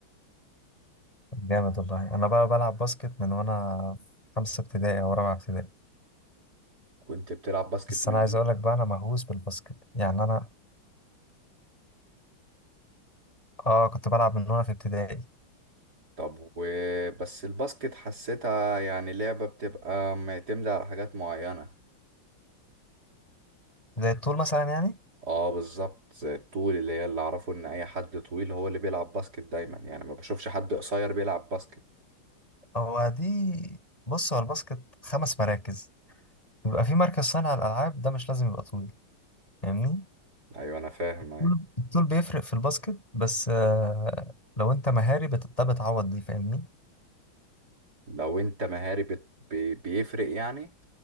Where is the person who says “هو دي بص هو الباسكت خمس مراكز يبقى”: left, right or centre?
Left